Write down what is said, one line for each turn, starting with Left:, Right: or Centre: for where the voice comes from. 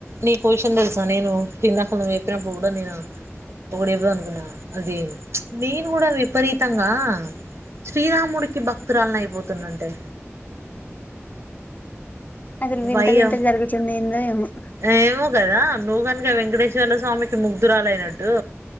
Right: నీకో విషయం తెలుసా నేను ఇందాక నువ్వు చెప్పినప్పుడు కూడా నేను పొగిడిర్రు అనుకున్నా, అది నేను కూడా విపరీతంగా శ్రీరాముడికి భక్తురాల్ని అయిపోతున్నాంటే.
Left: అసలు వింత
Right: వయ్యో
Left: వింత జరుగుతుంది ఎందో ఏమో.
Right: ఏమో కదా నువ్వు కనుక వెంకటేశ్వర్ల స్వామికి ముగ్ధురాలయిన టు